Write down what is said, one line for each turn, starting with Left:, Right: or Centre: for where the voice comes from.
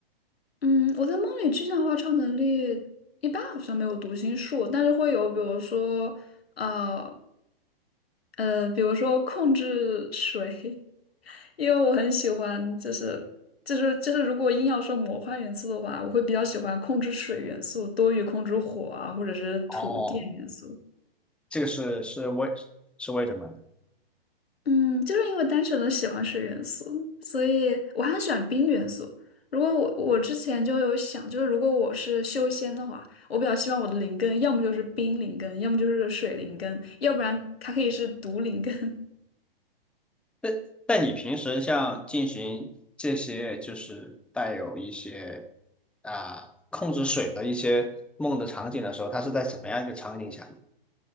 Left: 嗯，我在梦里具象化超能力一般好像没有读心术，但是会有，比如说，呃，呃，比如说控制水，因为我很喜欢，就是就是就是，如果硬要说魔幻元素的话，我会比较喜欢控制水元素多于控制火啊，或者是土电元素。
Centre: 哦，这个是是为是为什么？呢？
Left: 嗯，就是因为单纯的喜欢水元素，所以我还很喜欢冰元素。如果我我之前就有想，就是如果我是修仙的话，我比较希望我的灵根要么就是冰灵根，要么就是水灵根，要不然它可以是毒灵根。
Centre: 但但你平时像进行这些就是带有一些啊、控制水的一些梦的场景的时候，它是在什么样一个场景下面？